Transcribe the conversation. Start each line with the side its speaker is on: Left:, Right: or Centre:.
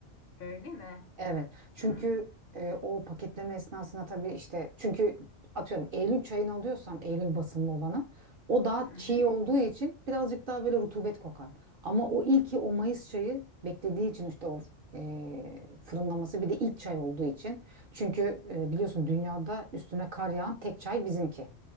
Left: öyle mi?
Right: Evet. Çünkü
Left: Hı
Right: e, o paketleme esnasında tabii işte çünkü atıyorum Eylül çayını alıyorsan Eylül basımlı olanı o daha
Left: hı, hı.
Right: çiğ olduğu için birazcık daha böyle rutubet kokar. Ama o ilki o Mayıs çayı beklediği için işte o e, fırınlaması bir de ilk çay olduğu için. Çünkü e, biliyorsun dünyada üstüne kar yağan tek çay bizimki.